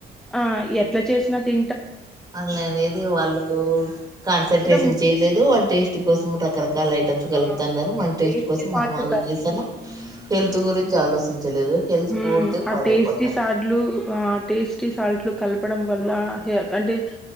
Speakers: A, in the centre; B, on the right (about 20°).
A: ఆ ఎట్లా చేసినా తి
B: అళ అనేది వాళ్ళు కాన్సన్ంట్రేషన్
A: కూడా
B: చేయలేదు వాళ్ళ టేస్ట్ కోసం రకరకాల చాలా ఐటమ్స్ కలుపుతున్నారు
A: ఆ
B: మన టేస్ట్
A: టేస్టీ
B: కోసం
A: సాల్ట్
B: మనం ఆలోచిస్తాను హెల్త్ గురించి ఆలోచించలేదు హెల్త్
A: హ
B: పూర్తిగా
A: ఆ
B: పాడైపోతంది
A: టేస్టీ సాట్లు ఆ టేస్టీ సాల్ట్లు కల్పు వల్ అంటే